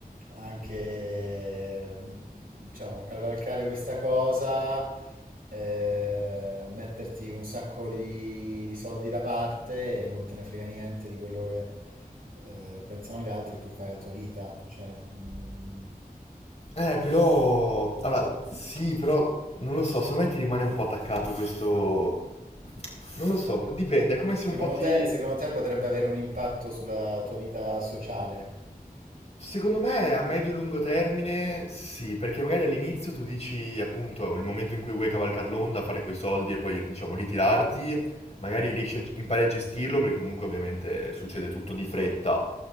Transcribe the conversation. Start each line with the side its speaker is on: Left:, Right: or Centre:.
Right: anche, diciamo, cavalcare questa cosa, eh, metterti un sacco di, di soldi da parte e non te ne frega niente di quello che eh, pensano gli altri, e tu fai la tua vita. Cioè, mm,
Left: Eh, però... Allora, sì, però non lo so, secondo me ti rimane un po' attaccato questo... Non lo so, dipende, è come se un
Right: secondo
Left: po' ti...
Right: te, secondo te potrebbe avere un impatto sulla tua vita sociale?
Left: Secondo me a medio-lungo termine sì, perché magari all'inizio tu dici appunto il momento in cui vuoi cavalcare l'onda, fare quei soldi e poi diciamo ritirarti, magari riesci a, g- impari a gestirlo perché comunque ovviamente succede tutto di fretta.